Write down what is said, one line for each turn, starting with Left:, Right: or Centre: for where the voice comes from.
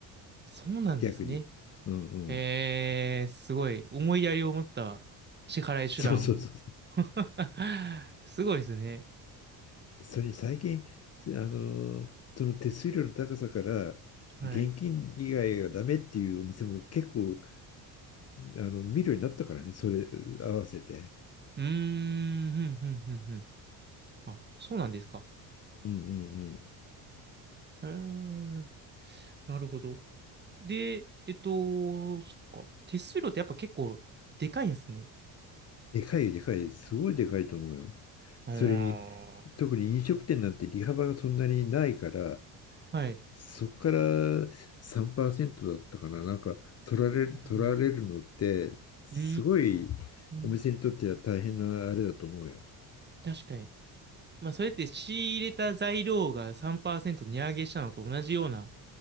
Right: そうなんですね。
Left: 逆に。うんうん。
Right: えーすごい、思いやりを持った支払い手段を。
Left: そうそうそう。
Right: <laughs> すごいですね。
Left: それに最近、あの、その手数料の高さから、
Right: はい。
Left: 現金以外がダメっていうお店も結構、
Right: う
Left: あの、見るようになったからね、それ合わせて。
Right: ーん、ふんふんふんふん。あ、そうなんですか。
Left: うんうんうん。
Right: えーなるほど。で、えっと、そっか。手数料ってやっぱ結構でかいんですね。
Left: でかいよ、でかい。すごいでかいと思うよ。
Right: あ
Left: それに、特に飲食店なんて利幅がそんなにないから、
Right: あ、はい。
Left: そこから3%だったかな、なんか取られる、
Right: うん。
Left: 取られるのって、すごい
Right: うー
Left: お店にとっては大変なあれだと思うよ。
Right: ん、確かに。まあ、それって仕入れた材料が3%値上げしたのと同じような